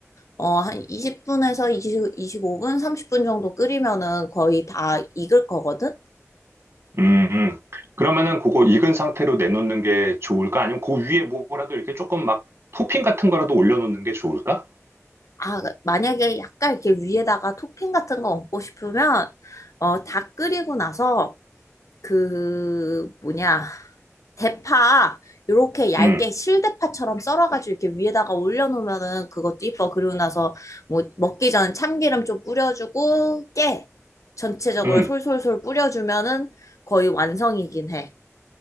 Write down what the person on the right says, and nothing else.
음, 음. 그러면은 그거 익은 상태로 내놓는 게 좋을까? 아니면 그 위에 뭐라도 이렇게 조금 막 토핑 같은 거라도 올려놓는 게 좋을까?
음,
음.